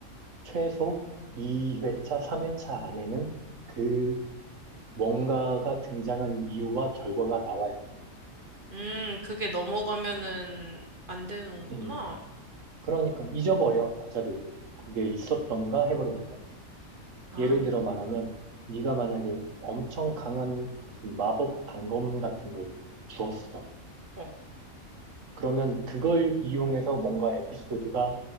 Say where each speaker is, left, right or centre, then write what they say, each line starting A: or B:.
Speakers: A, on the right; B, on the right.
A: 최소 2회차, 3회차 안에는 그 뭔가가 등장한 이유와 결과가 나와야 돼.
B: 음, 그게 넘어가면은 안 되는구나.
A: 음. 그러니까 잊어버려 독자들도 그게 있었던가 해버린단 말이지.
B: 아,
A: 예를 들어 말하면 네가 만약에 엄청 강한 무슨 마법 단검 같은 걸 주었어.
B: 어.
A: 그러면 그걸 이용해서 뭔가 에피소드가